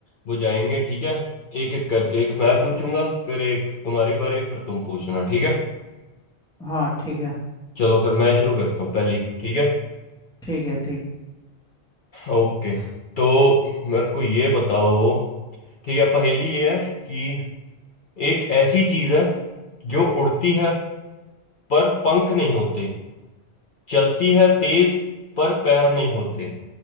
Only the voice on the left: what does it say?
बुझाएंगे ठीक है एक एक करके एक मैं पूछूंगा फिर एक तुम्हारी बारी फिर तुम पूछना ठीक है
चलो फिर मैं शुरू करता हूँ पहली ठीक है
ओके तो मेरे को ये बताओ ठीक है पहेली ये है कि एक ऐसी चीज है जो उड़ती है पर पंख नहीं होते चलती है तेज पर पैर नहीं होते